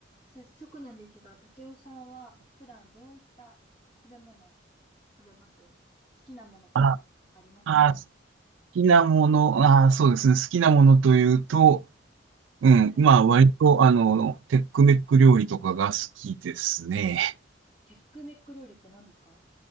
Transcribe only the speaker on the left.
早速なんですが、竹雄さんは普段どういった食べ物を食べます好きなものとか、
なんかありますか
はい。
テックメック料理って何ですか